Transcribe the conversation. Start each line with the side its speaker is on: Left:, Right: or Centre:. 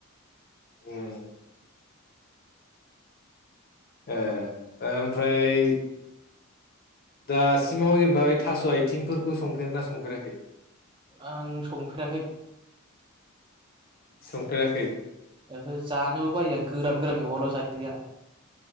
Left: उम ओ- ओमफ्राय दासिमाव जेनेबा बे थास' आइथिंफोरखौ संफेरना संफेराखै?
Right: आं संफेराखै।
Left: संफेराखै?
Right: ओहो जानोबो बायो आं गोरान गोराननि एवाब्ला जा या